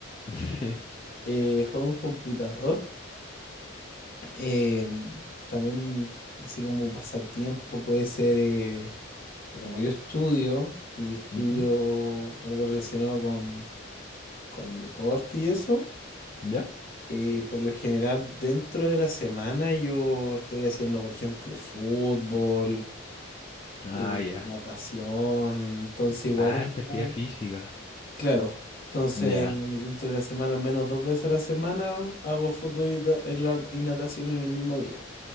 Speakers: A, on the left; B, on the left.
A: <laughs> Sí.
B: Eh, juego en computador. eh, también, así como pasatiempo, puede ser eh, que como yo estudio y estudio
A: Ujú.
B: algo relacionado con, con deporte y eso.
A: ¿Ya?
B: Eh, por lo general, dentro de la semana yo estoy haciendo, por ejemplo, fútbol,
A: Ah,
B: eh,
A: ya.
B: natación, entonces igual
A: Harta
B: es como...
A: actividad física.
B: Claro, entonces
A: Ya.
B: dentro de la semana, al menos dos veces a la semana, hago fútbol y, da- y la- y natación en el mismo día.